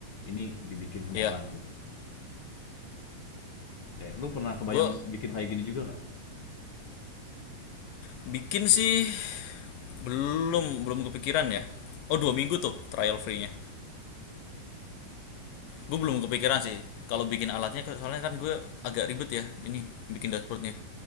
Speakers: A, on the left; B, on the left.
A: Ini dibikin sama
B: ya
A: orang gitu. Ya, lu pernah kebayang
B: gue
A: bikin kayak gini juga nggak?
B: bikin sih belum belum kepikiran ya oh dua minggu tuh trial free-nya gue belum kepikiran sih kalau bikin alatnya soalnya kan gue agak ribet ya ini bikin dashboardnya